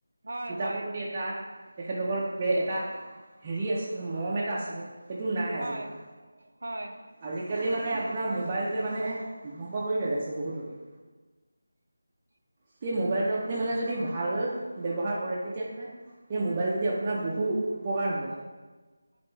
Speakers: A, on the right; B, on the right.
A: হয়
B: কিতাপৰ
A: হয়
B: প্ৰতি এটা তেখেতলোকৰ এটা হেৰি আছিলে মৰম এটা আছিলে সেইটো নাই আজিকালি।
A: হয় হয় হয়
B: আজিকালি মানে আপোনাৰ মোবাইলটোৱে মানে ধ্বংস কৰি পেলাইছে বহুতকে।
A: <inaudible>
B: সেই মোবাইলটো আপুনি মানে যদি ভাল ব্য্ৱহাৰ কৰে তেতিয়াাহলে সেই মোবাইলটো। আপোনাৰ বহু উপকাৰ হ'ব